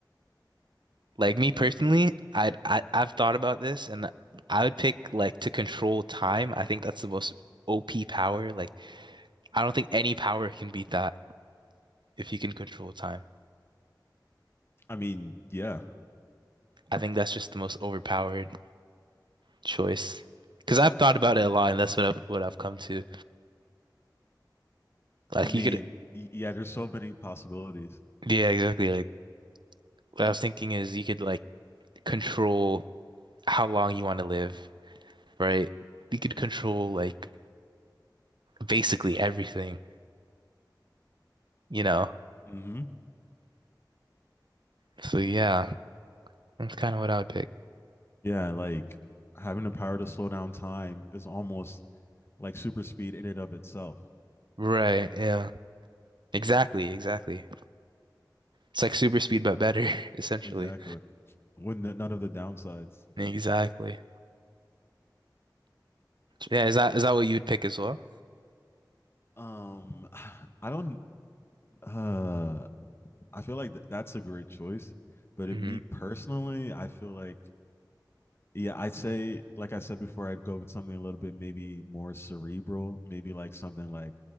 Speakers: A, on the right; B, on the left.
A: like me personally,
B: I mean,
A: I'd I, I've thought about this and I would pick like to control time. I think that's the most OP power. Like I don't think any power can beat that if you can control time.
B: I mean, yeah,
A: I think that's just the most overpowered choice. Because I've thought about it a lot, and that's what I've what I've come to. Like
B: I mean,
A: you could
B: yeah. There's so many possibilities.
A: Yeah, exactly. Like what I was thinking is you could like control how long you want to live, right? You could control like basically everything, you know?
B: Mm-hmm.
A: So yeah, that's kind of what I would pick.
B: Yeah, like having the power to slow down time is almost like super speed in and of itself.
A: Right, yeah. Exactly, exactly. It's like super speed but better, <laughs> essentially.
B: Exactly. With n- none of the downsides.
A: Exactly. Yeah, is that is that what you'd pick as well?
B: Um, <sighs> I don't. Uh, I feel like th- that's a great choice, but it,
A: hmm
B: me personally, I feel like yeah, I'd say like I said before, I'd go with something a little bit maybe more cerebral, maybe like something like